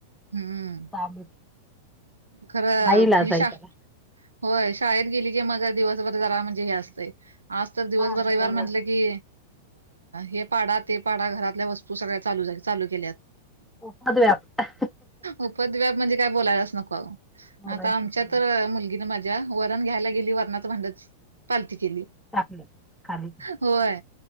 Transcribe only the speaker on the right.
हम्म.
खरं
हि
शा
होय शाळेत गेली की मझा दिवसभर जरा म्हणजे हे आसतंय. आज तर दिवसभर
रविवार
म्हंटलं
की हे पाडा ते पाडा घरातल्या वस् तू सगळ्या चालू झाल्या.. चालू केल्यात
उपदव्याप म्हणजे काय बोलायलाच नको
आता आमच्या
तर मुलगीन माझ्या वरण घ्यायला गेली वरणाच भांडचं पालती केली
होय